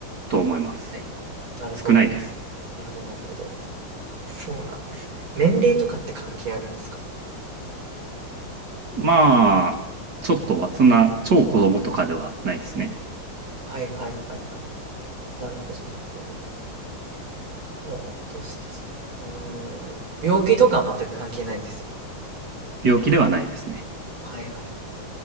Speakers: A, on the right (about 50°); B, on the right (about 75°).
A: と思います。
B: ない。なるほど、
A: 少ないです。
B: なるほど、なるほど。そうなんですね。年齢とかって関係ありますか
A: まあ、ちょっとは、そんな超子供とかではないですね。
B: はいはいはいはい。なるほど、なるほど。のを落としてし、うーん、病気とかは全く関係ないんですよ。
A: 病気ではないですね。
B: はいはいはい。